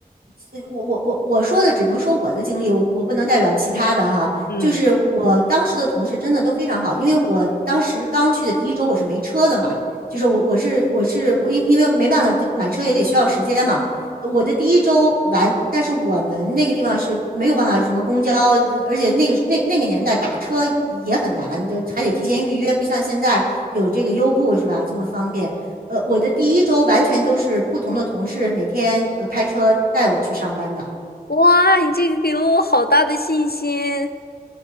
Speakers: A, on the right (about 70°); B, on the left (about 80°).
A: 所以我我我我说的只能说我的经历，我我不能代表其他的哈。
B: 嗯，
A: 就是我当时的同事真的都非常好，因为我当时刚去的第一周我是没车的嘛，就是我我是我是我因因为没办法，他买车也得需要时间嘛。呃我的第一周完，但是我们那个地方是没有办法什么公交，而且那个那那个年代打车也很难，就还得提前预约，不像现在有这个优步是吧，这么方便。呃，我的第一周完全都是不同的同事每天呃开车带我去上班的。
B: 哇，你这个给了我好大的信心，